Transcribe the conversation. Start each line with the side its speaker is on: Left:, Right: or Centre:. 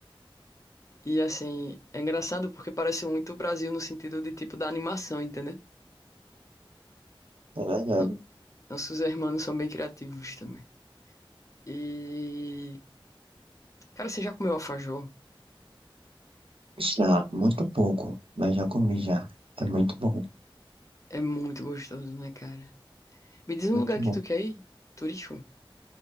Left: e assim, é engraçado porque parece muito o Brasil no sentido de tipo da animação, entendeu?
Right: é verdade.
Left: No- Nossos irmãos são bem criativos também. E, cara, você já comeu alfajor?
Right: Já, muito pouco, mas já comi já. É muito bom,
Left: É muito gostoso, né, cara? Me diz um
Right: muito
Left: lugar que
Right: bom.
Left: tu quer ir? Turístico?